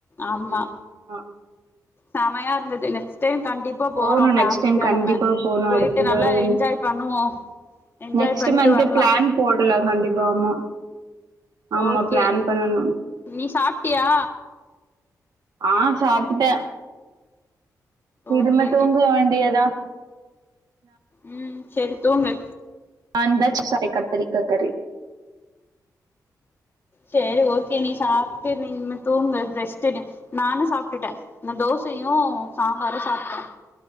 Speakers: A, on the left; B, on the right.
A: ஆமா
B: ம். ஆ
A: செமையா இருந்து து நெக்ஸ்ட் டைம் கண்டிப்பா போறோம்
B: போணும்
A: ஃபேமிலியா
B: நெக்ஸ்ட் டைம் கண்டிப்பா
A: நம்ம
B: போணும்.
A: போயிட்டு
B: அடுத்தது
A: நல்லா
B: ஒரு
A: என்ஜாய் பண்ணுவோ என்ஜாய்
B: நெக்ஸ்ட்
A: பண்ட்டு
B: மந்த்தே
A: வரலா
B: பிளான் போட் ல்ல கண்டிப்பா ஆமா ஆமா
A: ஓகே
B: பிளான் பண்ணணும்.
A: நீ சாப்ட்டியா
B: ஆஹ் சாப்பிட்டேன்
A: ஓகே
B: இதுமே தூங்க வேண்டியதான்
A: உம் சேரி தூங்கு
B: அந்தட்ச் சாயக்கத்தரி கத்தரி
A: சரி ஓகே நீ சாப்பிட்டு நீன்னு தூங்கு ரெஷ்ட் எடு நானும் சாப்பிட்டுட்டேன் இந்த தோஸ் சையூம் சம்பாரும் சாப்பிட்டேன்